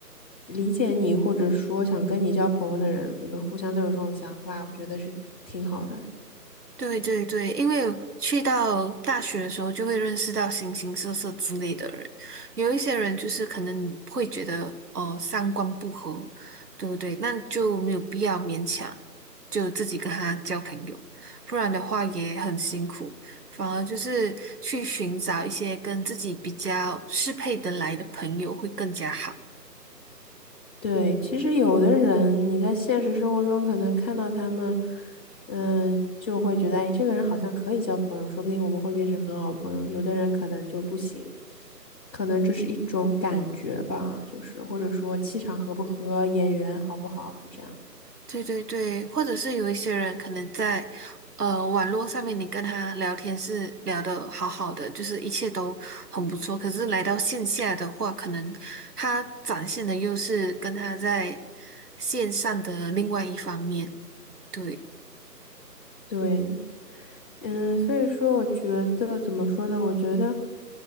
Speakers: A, on the left (about 15°); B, on the right (about 65°).
A: 理解你或者说想跟你交朋友的人，你们互相都有这种想法，我觉得是挺好的。
B: 对对对，因为去到大学的时候，就会认识到形形色色之类的人。有一些人就是可能你会觉得，哦，三观不合，对不对？那就没有必要勉强，就自己跟他交朋友，不然的话也很辛苦。反而就是去寻找一些跟自己比较适配得来的朋友会更加好。
A: 对，其实有的人你在现实生活中可能看到他们，嗯、就会觉得，哎，这个人好像可以交朋友，说不定我们会变成很好的朋友。有的人可能就不行，可能这是一种感觉吧，就是或者说气场合不合，眼缘好不好，就这样。
B: 对对对，或者是有一些人可能在呃网络上面，你跟他聊天是聊得好好的，就是一切都很不错。可是来到线下的话，可能他展现的又是跟他在线上的另外一方面。对，
A: 对，嗯，所以说我觉得怎么说呢？我觉得，